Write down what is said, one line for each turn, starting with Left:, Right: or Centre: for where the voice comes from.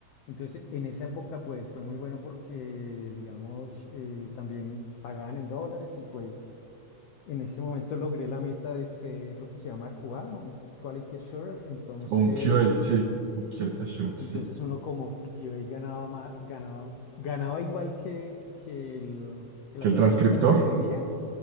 Left: Entonces en esa época pues fue muy bueno porque digamos eh, también pagaban en dólares y pues en ese momento logré la meta de ser lo que se llama QA, un Quality Assurer. Entonces...
Right: O Un QA, sí, un Quality Assurance,
Left: Entonces
Right: sí.
Left: uno como que ahí ganaba, ma- ganaba, ganaba igual que, que, el- que la
Right: ¿Que el
Left: persona
Right: transcriptor?
Left: que transcribía,